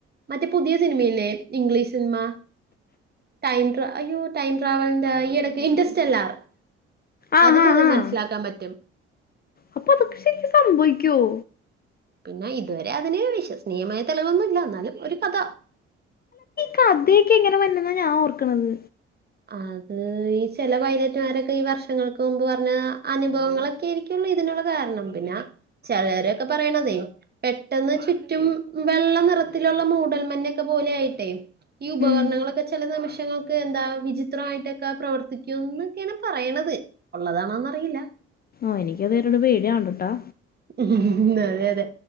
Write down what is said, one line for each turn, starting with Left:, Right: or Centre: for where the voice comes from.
Right: മറ്റേ പുതിയ സിനിമയില്ലേ? ഇംഗ്ലീഷ് സിനിമ ടൈംട്രാ അയ്യോ ടൈം ട്രാവലിന്റെ ഈ ഇടക്ക് ഇന്റ്റസ്റ്റല്ലാർ
Left: ആഹ്
Right: അതില്
Left: ആഹ്
Right: ഇത്
Left: ആഹ്
Right: മനസ്സിലാക്കാൻ പറ്റും.
Left: അപ്പൊ അതൊക്കെ ശെരിക്കും സംഭവിക്കുവോ?
Right: പിന്നെ ഇത് വരെ അതിന് വിശ്വസ്നീയമായ തെളിവൊന്നുല്ല. ന്നാലും ഒരു കഥ.
Left: കഥയ്ക്കെ ഇങ്ങനെവര്ന്നെന്നാ ഞാ ഓർക്ക്ണത്.
Right: അത് ഈ ചെല പൈലറ്റുമാരൊക്കെ ഈ വർഷങ്ങൾക്ക് മുമ്പ് പറഞ്ഞ അനുഭവങ്ങളൊക്കെയിരിക്കല്ലൊ ഇതിനുള്ള കാരണം. പിന്നാ ചെലരൊക്കെ പറയ്ണതെ. പെട്ടെന്ന് ചുറ്റും വെള്ള നിറത്തിലുള്ള മൂടൽമന്ന <unintelligible> പോലെയായ്ട്ടെ ഈ ഉപകരണങ്ങളൊക്കെ
Left: ഉം
Right: ചെല നിമിഷങ്ങൾക്ക് എന്താ വി ജി ത്രായിട്ടൊക്ക പ്രവർത്തിക്കുന്ന്. ക്കാണ് പറയണത്. ഉള്ളതാണോന്നറിയില്ല.
Left: ആഹ് എനിക്കത് പേടിയാണ്ട്ട്ടാ
Right: അതെ അതെ